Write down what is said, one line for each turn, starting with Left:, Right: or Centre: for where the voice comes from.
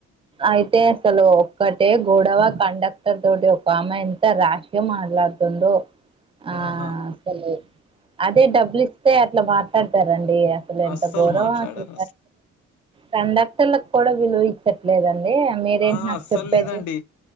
Right: అయితే అసలు ఒక్కటే గొడవ కండక్టర్ తోటి ఒక ఆమె ఎంత రాష్గ మట్ ట్లాడు తుందో ఆ అ
Left: ఆహా!
Right: అసలు అదే డబ్బులిస్తే అట్లా మాట్లాడతారం డి అసలు ఎంత
Left: అస్సలు
Right: గోరమో
Left: మాట్లాడరు
Right: అసలు కండక్టర్లకు కూడా విలువ ఇచ్చట్లేదండి మీరేంటి
Left: ఆ
Right: నాకు
Left: అస్సలు
Right: చెప్పేది
Left: లేదండి